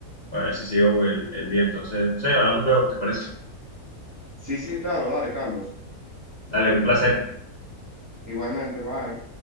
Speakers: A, on the left; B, on the right.
A: para ver si sigo el, el día. Entonces, no sé, hablamos luego, ¿te parece?
B: Sí, sí, claro, dale, Carlos.
A: Dale, un placer.
B: Igualmente, bye.